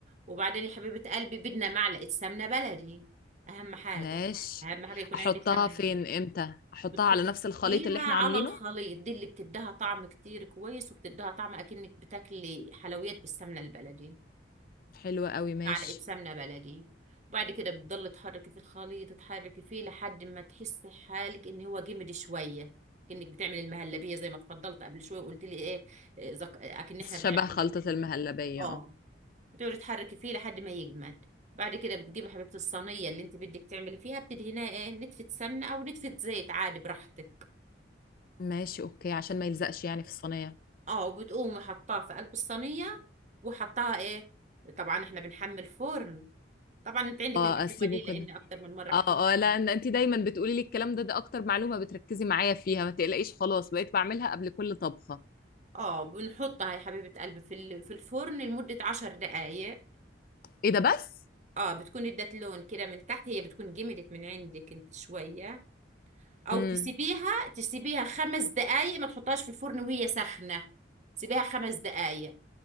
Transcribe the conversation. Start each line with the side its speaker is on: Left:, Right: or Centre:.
Right: وبعدين يا حبيبه قلبي بدنا معلقه سمنه بلدي اهم حاجه
Left: ماشي
Right: اهم حاجه يكون
Left: أحطها
Right: عندك سمنه
Left: فين
Right: بلدي
Left: إمتى أحطها
Right: بتحطيها
Left: على نفس الخليط اللي إحنا
Right: على
Left: عاملينه
Right: الخليط دي اللي بتديها طعم كتير كويس وبتديها طعم اكنك بتاكلي حلويات بالسمنه البلدي
Left: حلوة قوي ماشي
Right: معلقة سمنة بلدي وبعد كده بتضل تحركي في الخليط تحركي فيه لحد ما تحسي حالك ان هو جمد شوية كأنك بتعمل المهلبية زي ما اتفضلت قبل شوية وقلت لي ايه إيه، زك... آه، اكن احنا بنعمل
Left: شبه خلطة
Right: المهلبية.
Left: المهلبية
Right: اه
Left: اه
Right: بتقعدي تحركي فيه لحد ما يجمد بعد كده بتجيبي حبيبة الصينية اللي انت بدك تعملي فيها بتدهنيها ايه نتفة سمنة او نتفة زيت عادي براحتك
Left: ماشي أوكي عشان ما يلزقش يعني في الصينية
Right: اه وبتقومي حطاها في قلب الصينية وحطاها ايه طبعا احنا بنحمل فرن طبعا انت عندك
Left: اه
Right: المعلومه
Left: أسيبه
Right: دي لان
Left: كده
Right: اكتر من مره
Left: اه
Right: حكيت لك
Left: اه لا
Right: عنها.
Left: إن انت دايما بتقولي لي الكلام ده ده اكتر معلومه بتركزي معايا فيها ما تقلقيش خلاص بقيت بعملها قبل كل طبخه
Right: اه بنحطها يا حبيبه قلبي في ال- في الفرن لمده عشر دقائق
Left: ايه ده بس
Right: اه بتكون ادت لون كده من تحت هي بتكون جمدت من عندك انت شويه او
Left: امم
Right: تسيبيها تسيبيها خمس دقائق ما تحطهاش في الفرن وهي سخنه سيبيها خمس دقائق